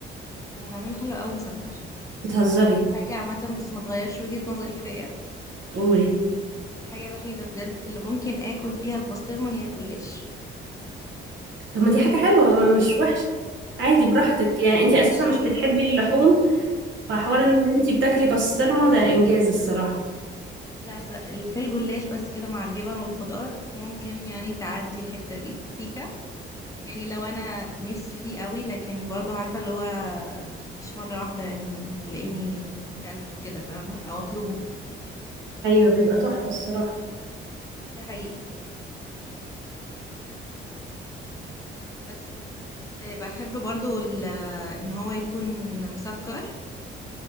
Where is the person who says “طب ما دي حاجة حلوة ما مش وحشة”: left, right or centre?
Right